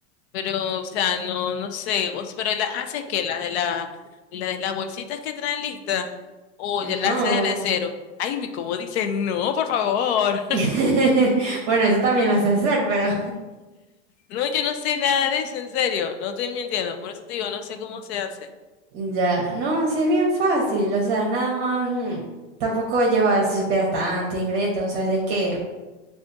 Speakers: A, on the left; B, on the right.
A: Pero, o sea, no, no sé, vos- pero las haces que las de la, la de las bolsitas que traen listas, o
B: No.
A: ya las haces de cero. Ay, mi como dicen no, por favor. <laughs>
B: <laughs> Bueno, eso también lo sé hacer, pero.
A: No, yo no sé nada de eso, en serio, no estoy mintiendo, por eso te digo, no sé cómo se hace.
B: Ya, no, sí es bien fácil, o sea, nada más, mm, tampoco lleva, si supieras, tantos ingredientes, o sea, de que